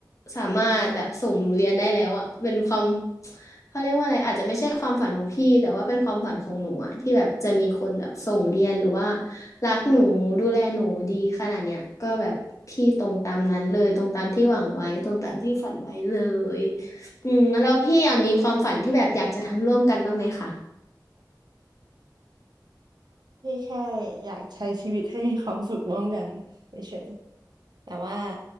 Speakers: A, on the left (about 45°); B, on the right (about 70°).
A: สามารถแบบส่งหนูเรียนได้แล้วอะเป็นความเขาเรียกว่าอะไรอาจจะไม่ใช่ความฝันของพี่แต่ว่าเป็นความฝันของหนูอะที่แบบจะมีคนแบบส่งเรียนหรือว่ารักหนูดูแลหนูดีขนาดเนี้ยก็แบบพี่ตรงตามนั้นเลยตรงตามที่หวังไว้ตรงตามที่ฝันไว้เลยอืมแล้วพี่อะมีความฝันที่แบบอยากจะทำร่วมกันบ้างไหมคะ
B: พี่แค่อยากใช้ชีวิตให้มีความสุขร่วมกันเฉยๆแต่ว่า